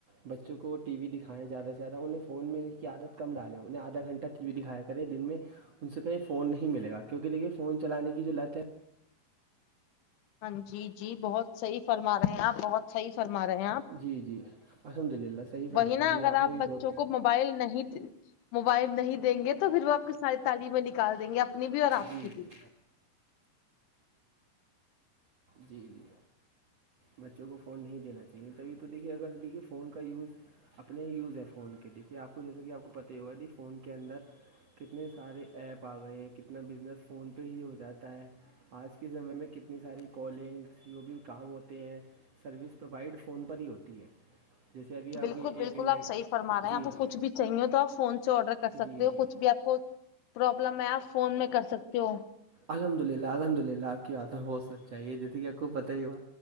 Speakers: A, on the right; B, on the left.
A: بچوں کو ٹی وی دکھائیں زیادہ سے زیادہ انہیں فون میں اس کی عادت کم ڈالیں انہیں آھا گھنٹہ ٹی وی دکھایا کرے دن میں ان سے کہیں فون نہیں ملے گا کیونکہ دیکھیے فون چلانے کی جو لت ہے
B: ہاں جی جی بہت صحیح فرما رہے آپ بہت صحیح فرما رہے ہیں آپ
A: جی جی الحمد للہ صحیح فرمایا
B: وہی نا
A: جی
B: اگر
A: نے
B: آپ
A: بھی
B: بچوں
A: بہت
B: کو موبائل نہیں موبائل نہیں دیں گے تو پھر وہ آپ کی ساری تعلیمیں نکال دیں گے آپ اپنی بھی اور آپ
A: جی
B: کی
A: جی
B: بھی
A: جی جی بچوں کو فون نہیں دینا چاہیے تبھی تو دیکھیے اگر دیکھیے فون کا یوز اپنے یوز ہیں فون کے دیکھیے آپ کو جیسا کہ آپ کو پت ہی ہوگا کہ فون کے اندر کتنے سارے ایپ آ گئے ہیں کتنا بزنس فون پہ ہی ہو جاتا ہے آج اس زمے میں کتنی ساری کالنگس جو بھی کام ہوتے ہیں سروس پرووائڈ فون پر ہی ہوتی ہے جیسے ابھی ابھی
B: بالکل
A: ایک
B: بالکل
A: انڈیک
B: آپ صحی فرماے ہیں
A: جی
B: آپ
A: جی
B: کچھ بھی چاہیے تو آپ فون سے آرڈر کر سکتے
A: جی
B: ہو
A: جی
B: کچھ بھی آپ کو پرابلم ہے آپ فون میں کر سکتے ہو
A: الحمد للہ الحمد للہ آپ کی عادت ہو سک چاہیے جیسے کہ آپ کو پتہ ہی ہوا